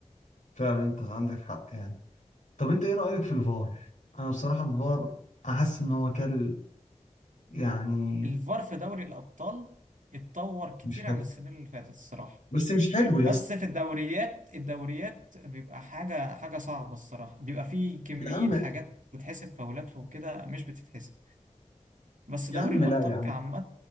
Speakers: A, on the left (about 75°); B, on the right (about 85°).
A: فعلا انت عندك حق يعني طب انت ايه رأيك في الفار انا بصراحة الفار احس ان هو كل يعني
B: الفار في دوري الأبطال اتطور كتير
A: مش حلو
B: عن السنين اللي فاتت الصراحة
A: بس مش حلو
B: بس
A: يا اسطى
B: في الدوريات الدوريات بيبقى حاجة حاجة صعبة الصراحة بيبقى فيه كمية
A: يا عم
B: حاجات بتتحسب فاولات وكده مش بتتحسب بس
A: يا
B: دوري
A: عم
B: الأبطال
A: لا يا عم
B: كعامة